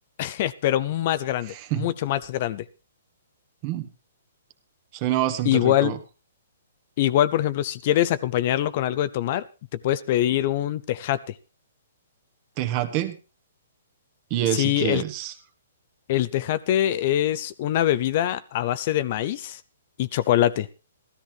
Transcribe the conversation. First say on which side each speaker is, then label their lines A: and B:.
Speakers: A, on the left; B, on the right.
A: eh, pero más grande,
B: <laughs>
A: mucho más grande.
B: Mm, Suena bastante
A: Igual,
B: rico.
A: igual, por ejemplo, si quieres acompañarlo con algo de tomar, te puedes pedir un tejate.
B: Tejate y
A: Sí,
B: ese que
A: el
B: es.
A: El tejate es una bebida a base de maíz y chocolate,